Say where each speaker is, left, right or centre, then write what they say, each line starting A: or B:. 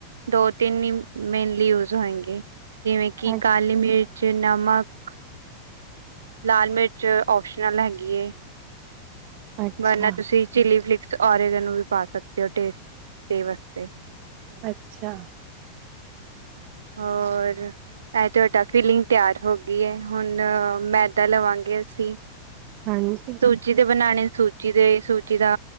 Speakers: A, on the right; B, on the right.
A: ਦੋ ਤਿੰਨ ਹੀ ਮੇਨਲੀ ਯੂਜ ਹੋਣਗੇ ਜਿਵੇਂ ਕਿ
B: ਅ
A: ਕਾਲੀ ਮਿਰਚ ਨਮਕ ਲਾਲ ਮਿਰਚ ਓਪਸ਼ਨਲ ਹੈਗੀ ਹੈ।
B: ਅੱਛਾ
A: ਵਰਨਾ ਤੁਸੀਂ ਚਿੱਲੀ ਫਲਿਕਸ ਓਰੇਗਨ ਨੂੰ ਵੀ ਪਾ ਸਕਦੇ ਹੋ ਟੇਸਟ ਦੇ ਵਾਸਤੇ।
B: ਅੱਛਾ।
A: ਹੋਰ ਇਹ ਤੁਹਾਡਾ ਫੀਲਿੰਗ ਤਿਆਰ ਹੋ ਗਈ ਹੈ ਹੁਣ ਮੈਦਾ ਲਵਾਂਗੇ ਅਸੀਂ।
B: ਹਾਂਜੀ।
A: ਸੂ ਜਿ ਦੇ ਬਣਾਣੇ ਸੂਜੀ ਦੇ ਸੂਜੀ ਦਾ